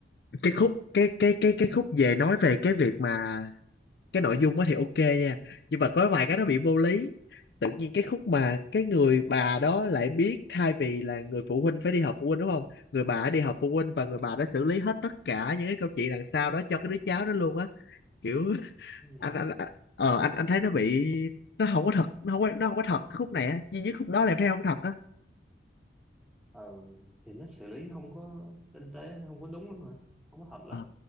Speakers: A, on the left; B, in the centre.
A: cái khúc cái cái cái cái khúc về nói về cái việc mà cái nội dung á thì ok nha nhưng mà có vài cái nó bị vô lý tự nhiên cái khúc mà cái người bà đó lại biết thay vì là người phụ huynh phải đi họp phụ huynh đúng không người bà đã đi họp phụ huynh và người bà đã xử lý hết tất cả những cái câu chuyện đằng sau đó cho cái đứa cháu đó luôn á kiểu
B: ừ.
A: anh anh anh- ờ anh anh thấy nó bị nó không có thật nó không có nó không có thật cái khúc này á duy nhất khúc đó là em thấy không thật á
B: ừ thì nó xử lý không có tinh tế không có đúng lắm mà không có hợp lắm
A: ờ